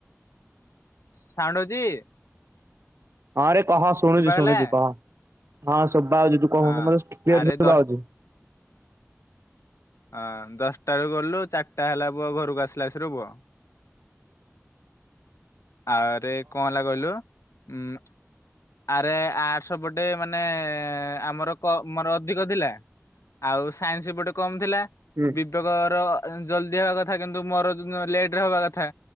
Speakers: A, on the left; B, on the right.
A: <unintelligible>
B: ହଁରେ କ ଶୁଣୁଛି
A: ଶୁଭାଗଲା
B: ଶୁଣୁଛି କହ ହଁ। ଶୁଭା ଜାଉଛି ତୁ କହୁନୁ
A: ହଁ
B: ମତେ କ୍ଲିଅର୍
A: ଆରେ
B: ଶୁଭା
A: ଦଶ
B: ହଉଛି।
A: ହଁ ଦଶଟାରୁ ଗଲୁ ଚାରିଟା ହେଲା ପୁଅ ଘରକୁ ଆସିଲା ଆସିଲୁ ପୁଅ। ଆରେ କଣ ହେଲା କହିଲୁ ଉଁ। ଆରେ ଆର୍ସପଟେ ମାନେ ଆମର କମ୍ ଅଧିକ ଥିଲା, ଆଉ ସାଇନ୍ସ ପଟେ କମ୍ ଥିଲା
B: ହୁଁ
A: ବିବେକର। ଜଲଦି ହେବା କଥା କିନ୍ତୁ ମୋର ଲେଟ୍ ରେ ହବା କଥା